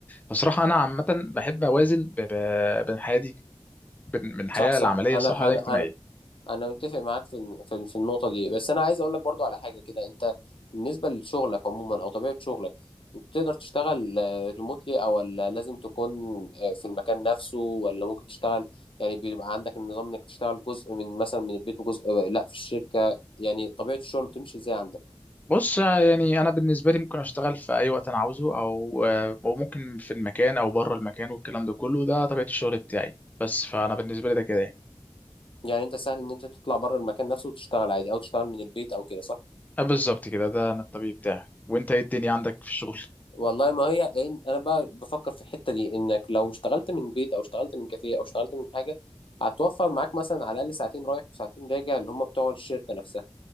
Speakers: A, on the left; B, on the left.
A: فصراحه انا عامه بحب اوازن ب- ب- بين حياتي بين بين الحياه
B: صح صح
A: العمليه
B: انا
A: الصراحه والاجتماعيه
B: انا انا انا متفق معاك في الم- في في النقطه دي بس انا عايز اقول لك برضو على حاجه كده انت بالنسبه لشغلك عموما او طبيعه شغلك انت تقدر تشتغل ريموتلي او ولا لازم تكون آه، في المكان نفسه ولا ممكن تشتغل يعني بيبقى عندك النظام انك تشتغل جزء من مثلا من البيت وجزء آه، لا في الشركه يعني طبيعه الشغل بتمشي ازاي عندك
A: بص يعني انا بالنسبه لي ممكن اشتغل في اي وقت انا عاوزه او او ممكن في المكان او بره المكان والكلام ده كله ده طبيعه الشغل بتاعي بس فانا بالنسبه لي ده كده يعني
B: يعني انت سهل ان انت تطلع بره المكان نفسه وتشتغل عادي او تشتغل من البيت او كده صح
A: آه، بالظبط كده ده انا الطبيعي بتاعي وانت ايه الدنيا عندك في الشغل
B: والله ما هي إن- انا بقى بفكر في الحته دي انك لو اشتغلت من بيت او اشتغلت من كافيه او اشتغلت من حاجه هتوفر معاك مثلا على الاقل ساعتين رايح وساعتين راجع اللي هم بتوع الشركه نفسها